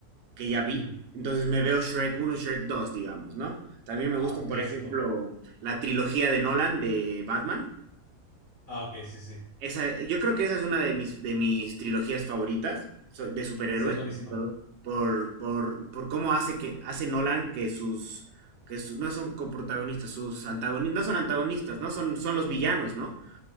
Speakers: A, on the right (about 55°); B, on the left (about 35°).
A: que ya vi.
B: Ujú.
A: Entonces me veo Shrek uno y Shrek dos digamos, ¿no? También me
B: Ah,
A: gustan,
B: un
A: por
B: clásico.
A: ejemplo, la trilogía de Nolan de Batman.
B: Ah, ok, sí, sí.
A: Esa, yo creo que esa es una de mis, de mis trilogías favoritas so- de superhéroes,
B: Sí, es buenísima.
A: sobre todo, por, por, por cómo hace que hace Nolan que sus, que sus, no son coprotagonistas, sus antagonistas, no son antagonistas, no son, son los villanos, ¿no?